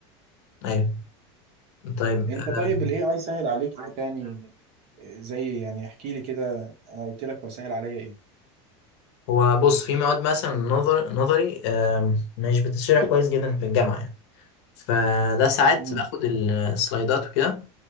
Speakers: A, on the left (about 70°); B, on the right (about 45°).
A: ايوه طيب
B: انت
A: آه،
B: طيب الاي اي سهل عليك ايه تاني زي يعني احكي لي كده انا قلت لك هو سهل عليا ايه؟
A: هو بص في مواد مثلا نظر نظري آم، مش بتتشرح كويس جدا في الجامعة يعني فده ساعات
B: امم
A: باخد السلايدات وكده